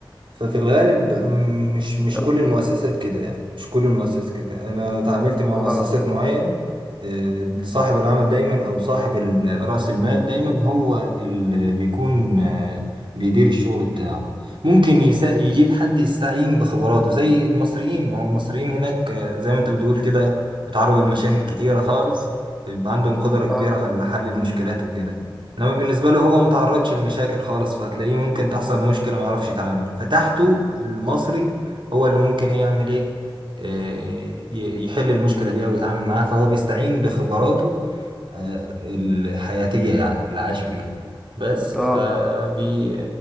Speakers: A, on the right; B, in the centre.
A: ففي الغالب م- مش مش
B: طب-
A: كل المؤسسات كده يعني مش كل المؤسسات كده انا تعاملت مع
B: اه
A: مؤسسات معينة آه، صاحب العمل دايما او صاحب ال- رأس المال دايما هو اللي بيكون آه، بيدير الشغل بتاعه ممكن يسا- يجيب حد يستعين بخبراته زي المصريين ما هو المصريين هناك آه، زي ما انت بتقول كده بيتعرضوا لمشاكل كتيرة خالص بيبقى عندهم قدرة كبيرة
B: اه
A: على حل المشكلات وكده انما بالنسبه له هو متعرضش لمشاكل خالص فهتلاقيه ممكن تحصل مشكله ما يعرفش يتعامل فتحته المصري هو اللي ممكن إيه يعمل ايه إيه، ي- يحل المشكله دي او يتعامل معاها فهو بيستعين بخبراته آه، الحياتيه يعني اللي عاش بيها بس
B: اه
A: فبي